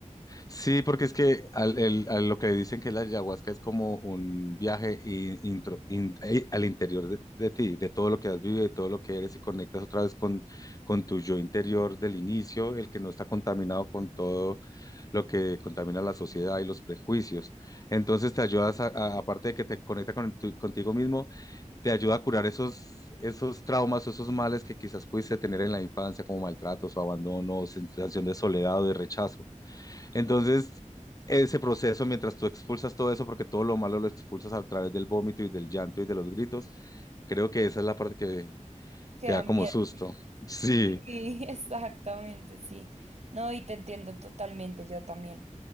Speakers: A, on the left (about 30°); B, on the right (about 60°).
A: Sí, porque es que al, el- a lo que dicen que la ayahuasca es como un viaje in- intro- in- eh, al interior de, de ti, de todo lo que has vivido, de todo lo que eres y conectas otra vez con, con tu yo interior del inicio, el que no está contaminado con todo lo que contamina la sociedad y los prejuicios. Entonces te ayudas, a, a- aparte de que te conecta con tu- contigo mismo, te ayuda a curar esos, esos traumas, o esos males que quizás pudiste tener en la infancia, como maltratos o abandono, o sensación de soledad o de rechazo. Entonces, ese proceso, mientras tú expulsas todo eso, porque todo lo malo lo expulsas a través del vómito y del llanto y de los gritos, creo que esa es la parte que,
B: Que
A: que da
B: da miedo.
A: como susto. Sí,
B: Sí, <laughs> exactamente, sí. No, y te entiendo totalmente, yo también.